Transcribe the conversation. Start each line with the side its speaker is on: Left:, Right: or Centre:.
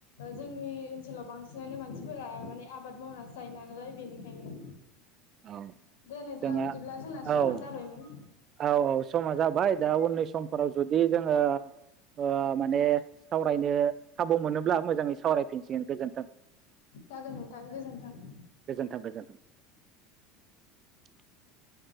Left: जोंनि ओनसोलाव बांसिनानो मानसिफोरा माने आबाद मावनासो जायो नालाय बेनिखायनो
Right: औ
Left: दे नोंथां
Right: जोंहा
Left: बिदिब्ला जोंना समा
Right: औ
Left: जाबायमोन
Right: औ औ समा जाबाय दा उननि समफोराव जुदि जोंङो ओ माने सावरायनो खाबु मोनोब्ला मोजांङै सावरायफिनसिगोन गोजोन्थों
Left: जागोन नोंथां गोजोनथों
Right: गोजोन्थों <inaudible>